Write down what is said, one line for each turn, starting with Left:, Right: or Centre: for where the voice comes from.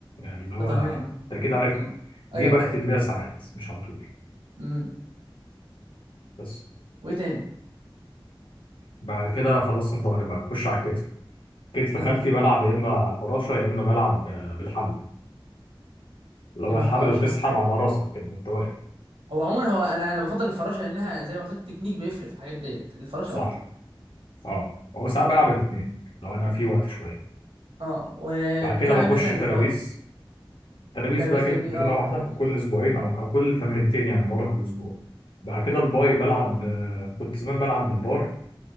Left: اللي هو
Right: قطنيه اه
Left: انت
Right: و...
Left: اكيد عارفها
Right: مم. ايوه
Left: دي بختم
Right: قطنيه
Left: بيها
Right: جميله
Left: ساعات مش على طول
Right: امم
Left: بس
Right: وايه تاني
Left: بعد كده خلصنا الظهر بقى نخش على الكتف كتف
Right: امم
Left: خلفي بلعب يا اما على الفراشه يا اما بلعب آه، بالحبل اللي
Right: يما
Left: هو الحبل
Right: فراشه
Left: وتسحب على راسك كده وانت واقف
Right: هو عموما هو انا انا بفضل الفراشه لانها زي ما قلت لك التكنيك بيفرق في الحاجات ديت الفراشه
Left: صح
Right: افضل
Left: اه هو ساعات بلعب الاثنين لو انا في وقت شويه
Right: اه وبتلعب
Left: بعد كده بخش
Right: ايه مثلا للباي
Left: ترابيز ترابيز
Right: ترابيز
Left: بقى كده
Right: جميل
Left: تمرينه
Right: اه
Left: واحده
Right: ترابيز
Left: كل اسبوعين او او كل تمرينتين يعني مره في الاسبوع بعد كده
Right: امم
Left: الباي بلعب آه، كنت زمان بلعب بالبار